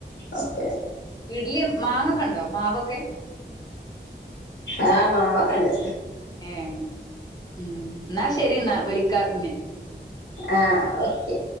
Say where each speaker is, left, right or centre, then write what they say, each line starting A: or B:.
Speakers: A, on the left; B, on the left.
A: ഓക്കേ
B: ഇഡ്ലി മാങ്ങൊക്കെ ഉണ്ടോ മാവൊക്കെ
A: ആ മാവൊക്കണ്ട്
B: ഏ ഉം എന്നാ ശരി എന്നാ വിളിക്കാപിന്നെ
A: ആ ഓക്കെ